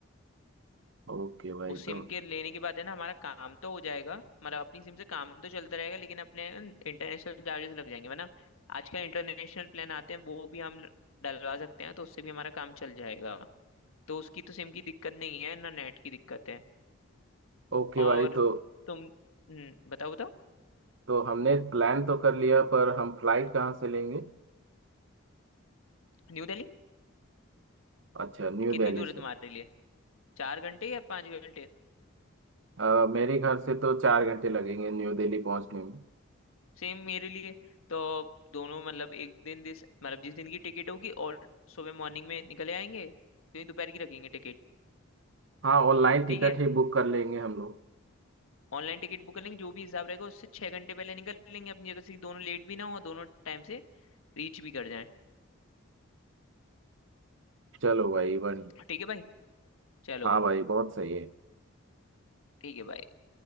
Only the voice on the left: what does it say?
उस सिम
के लेने के बाद है ना हमारा काम तो हो जाएगा मतलब अपनी सिम से काम तो चलता रहेगा लेकिन अपने इंटरनेशनल चार्जेस लग जाएंगे वरना आजकल इंटरनेशनल प्लान आते हैं वो भी हम डलवा सकते हैं तो उससे भी हमारा काम चल जाएगा तो उसकी तो सिम की दिक्कत नहीं है ना नेट की दिक्कत है
और
तुम हम्म, बताओ बताओ
न्यू दिल्ली
कितनी
दूर
है तुम्हारे लिए चार घंटे या पाँच घंटे
सेम मेरे लिए तो दोनों मतलब एक दिन दिस मतलब जिस दिन की टिकट होगी और सुबह मॉर्निंग में निकले आएंगे क्योंकि दोपहर की रखेंगे टिकट
ठीक है
ऑनलाइन टिकट बुक कर लेंगे जो भी हिसाब रहेगा उससे छह घंटे पहले निकल लेंगे अपनी जगह से कि दोनों लेट भी ना हो दोनों टाइम से रीच भी कर जाएं
ठीक है भाई चलो
ठीक है भाई